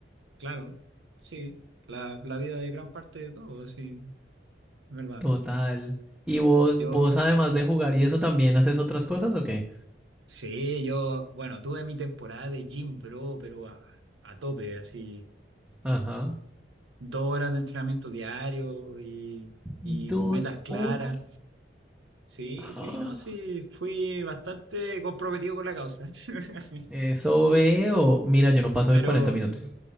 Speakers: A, on the right; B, in the centre.
A: Claro, sí, la, la vida de gran parte de todo, sí, es verdad.
B: Total. ¿Y vos,
A: Yo,
B: vos además de jugar y eso también haces otras cosas o qué?
A: sí, yo, bueno, tuve mi temporada de gym bro, pero a, a tope, así,
B: Ajá.
A: dos horas de entrenamiento diario y,
B: Dos
A: y con metas claras.
B: horas.
A: Sí,
B: <gasps>
A: sí, no, sí, fui bastante comprometido con la causa. <laughs>
B: Eso veo. Mira, yo no paso
A: Pero
B: de cuarenta minutos.